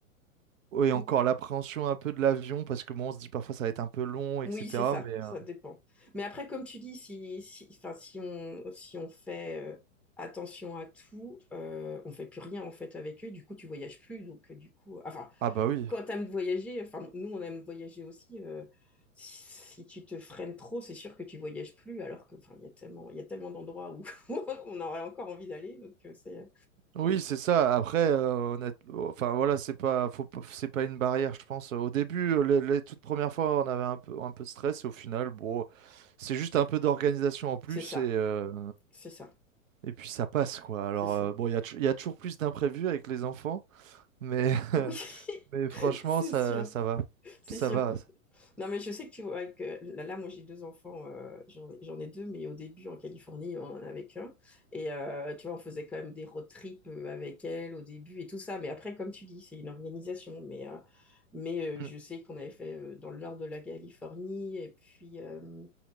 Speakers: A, on the right; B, in the centre.
A: Oui, encore
B: Mm.
A: l'appréhension un peu de l'avion, parce que bon, on se dit parfois ça va être un peu long, etc.
B: Oui, c'est ça,
A: Mais.
B: ça
A: euh,
B: dépend. Mais après, comme tu dis, si, si, enfin, si on, si on fait euh, attention à tout, euh, on fait plus rien en fait avec eux, du coup, tu voyages plus. Donc, euh, du coup, enfin,
A: Ah, bah oui.
B: quand tu aimes voyager, enfin, nous, on aime voyager aussi. euh, si si tu te freines trop, c'est sûr que tu voyages plus, alors que, enfin, il y a tellement, il y a tellement d'endroits où <laughs> on aurait encore envie d'aller. Donc, euh, c'est, euh,
A: Oui, c'est ça. Après, euh, honnête- oh, enfin voilà, c'est pas, faut pas- c'est pas une barrière, je pense. Au début, euh, les, les toutes premières fois, on avait un peu, un peu de stress, et au final, bon, c'est juste un peu d'organisation en plus,
B: c'est ça,
A: et euh,
B: c'est ça,
A: et puis ça passe quoi. Alors
B: c'est ça.
A: euh, bon, il y a, tou- il y a toujours plus d'imprévus avec les enfants, mais <laughs>
B: Oui,
A: mais
B: <laughs>
A: franchement,
B: c'est
A: ça,
B: sûr,
A: ça va,
B: c'est
A: ça
B: sûr.
A: va.
B: Non, mais je sais que tu vois que là, moi j'ai deux enfants, euh, j'en ai j'en ai deux, mais au début en Californie, on en avait qu'un. Et euh, tu vois, on faisait quand même des road trips euh, avec elle au début et tout ça. Mais après, comme tu dis, c'est une organisation. Mais, euh, mais euh,
A: Mm.
B: je sais qu'on avait fait euh, dans le nord de la Californie et puis, euh,